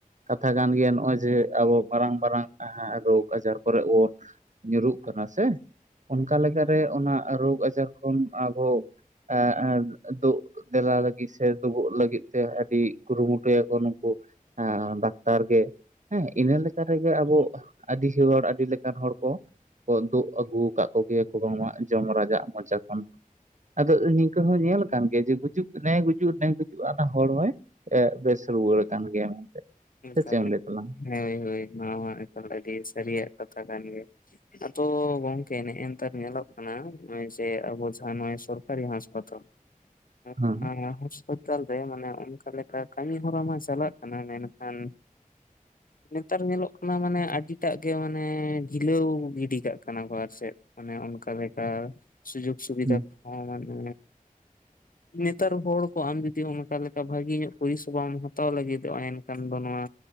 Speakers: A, on the right; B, on the left.
A: ᱠᱟᱛᱷᱟ ᱠᱟᱱ ᱜᱮᱭᱟ ᱱᱚᱜᱼᱚᱭ ᱡᱮ ᱟᱵᱚ ᱢᱟᱨᱟᱝ ᱢᱟᱨᱟᱝ ᱨᱳᱜᱽ, ᱟᱡᱟᱨ, ᱠᱚᱨᱮ <unintelligible> ᱧᱩᱨᱩᱜ ᱠᱟᱱᱟ ᱥᱮ, ᱚᱱᱠᱟ ᱞᱮᱠᱟᱨᱮ ᱚᱱᱟ ᱨᱳᱜᱽ ᱟᱡᱟᱨ ᱠᱷᱚᱱ ᱟᱵᱚ <unintelligible> ᱫᱩᱜ ᱫᱮᱞᱟ ᱞᱟᱹᱜᱤᱫ ᱥᱮ ᱫᱩᱜ ᱞᱟᱹᱜᱤᱫ ᱛᱮ ᱟᱹᱰᱤ ᱠᱩᱨᱩᱢᱩᱴᱩᱭᱟ ᱠᱩ ᱱᱩᱠᱩ ᱰᱟᱠᱛᱟᱨ ᱜᱮ᱾ ᱦᱮᱸ, ᱤᱱᱟᱹ ᱞᱮᱠᱟ ᱨᱮᱜᱮ ᱟᱵᱚ ᱟᱹᱰᱤ ᱦᱚᱲ ᱟᱹᱰᱤ ᱞᱮᱠᱟᱱ ᱦᱚᱲ ᱠᱚ, ᱫᱳᱜ ᱟᱹᱜᱩ ᱠᱟᱜ ᱠᱚ ᱜᱮᱭᱟ ᱠᱚ ᱵᱟᱝᱢᱟ ᱡᱚᱢ ᱨᱟᱡᱟᱜᱼᱟ ᱢᱚᱪᱟ ᱠᱷᱚᱱ᱾ ᱟᱫᱚ ᱱᱤᱧᱠᱟᱹ ᱦᱚᱸ ᱧᱮᱞ ᱠᱟᱱ ᱜᱮᱭᱟ ᱡᱮ, ᱜᱩᱡᱩᱜ ᱠᱟᱱᱟᱭ ᱜᱩᱡᱩᱜ <unintelligible> ᱚᱱᱟ ᱦᱚᱲ ᱦᱚᱭ, ᱮᱸᱜ ᱵᱮᱥ ᱨᱩᱣᱟᱹᱲ ᱠᱟᱱ ᱜᱮᱭᱟ ᱢᱮᱱᱛᱮ᱾
B: ᱮᱠᱟᱞᱮ
A: ᱥᱮ ᱪᱮᱫ ᱮᱢ ᱞᱟᱹᱭ ᱛᱟᱞᱟᱝᱟ?
B: ᱦᱮᱸ ᱦᱮᱸ ᱱᱚᱣᱟ ᱢᱟ ᱮᱠᱟᱞ ᱟᱹᱰᱤ ᱥᱟᱹᱨᱤᱭᱟᱜ ᱠᱟᱛᱷᱟ ᱠᱟᱱ ᱜᱮ᱾ ᱟᱫᱚ ᱜᱚᱝᱠᱮ ᱱᱮᱜ ᱱᱮᱛᱟᱨ ᱧᱮᱞᱚᱜ ᱠᱟᱱᱟ ᱱᱚᱜᱼᱚᱭ ᱡᱮ, ᱟᱵᱚ ᱡᱟᱸᱦᱟ ᱱᱚᱜᱼᱚᱭ ᱥᱚᱨᱠᱟᱨᱤ ᱦᱟᱸᱥᱯᱟᱛᱟᱞ, <unintelligible>
A: ᱦᱮᱸ
B: ᱨᱮ ᱚᱱᱠᱟ ᱞᱮᱠᱟ ᱠᱟᱹᱢᱤ ᱦᱚᱨᱟ ᱢᱟ ᱪᱟᱞᱟᱜ ᱠᱟᱱᱟ, ᱢᱮᱱᱠᱷᱟᱱ ᱱᱮᱛᱟᱨ ᱧᱮᱞᱚᱜ ᱠᱟᱱᱟ ᱢᱟᱱᱮ ᱟᱹᱰᱤ ᱴᱟᱜ ᱜᱮ ᱰᱷᱤᱞᱟᱹᱣ ᱜᱤᱰᱤ ᱠᱟᱜ ᱠᱟᱱᱟ ᱠᱚ, ᱟᱨ ᱪᱮᱫ ᱚᱱᱮ ᱚᱱᱠᱟ ᱞᱮᱠᱟ ᱥᱩᱡᱳᱜᱽ ᱥᱩᱵᱤᱫᱷᱟ
A: ᱦᱩᱸ
B: ᱠᱚᱦᱚᱸ ᱢᱟᱱᱮ, ᱱᱮᱛᱟᱨ ᱦᱚᱲ ᱠᱚ ᱟᱢ ᱡᱚᱫᱤ ᱚᱱᱠᱟ ᱞᱮᱠᱟ ᱵᱷᱟᱹᱜᱤ ᱧᱚᱜ ᱯᱚᱨᱤᱥᱮᱵᱟᱢ ᱦᱟᱛᱟᱣ ᱞᱟᱹᱜᱤᱫᱚᱜᱼᱟ ᱮᱱ, ᱠᱷᱟᱱ ᱫᱚ ᱱᱚᱣᱟ